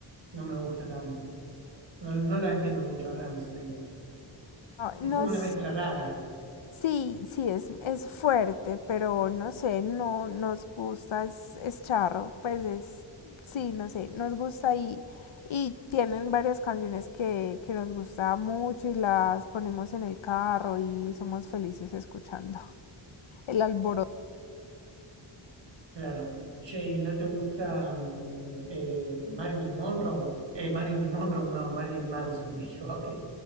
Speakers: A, on the right; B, on the left.
A: no me gusta tanto. No, no lo entiendo mucho a Rammstein.
B: No, Nos,
A: Es como una mezcla rara.
B: Sí, sí, es, es fuerte, pero no sé, no nos gusta, es, es charro, pues es, sí, no sé, nos gusta y, y tienen varias canciones que, que nos gusta mucho y las ponemos en el carro y somos felices escuchando <laughs> el alboroto.
A: Claro. Che, ¿y no te gusta mm, eh, Marilyn Monroe? Eh, Marilyn Monroe, no, Marilyn Manson, <laughs> me equivoqué.